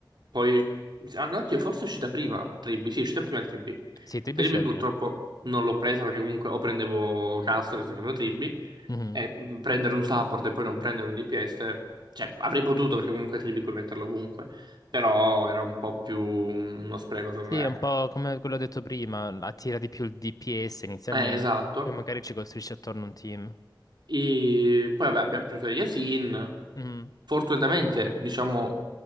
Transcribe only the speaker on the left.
Sì, ti
piaceva
prima.
Mhm.
Sì,
è un po' come quello detto prima, attira di più il DPS inizialmente,
e magari ci costruisce attorno un team.
Mhm.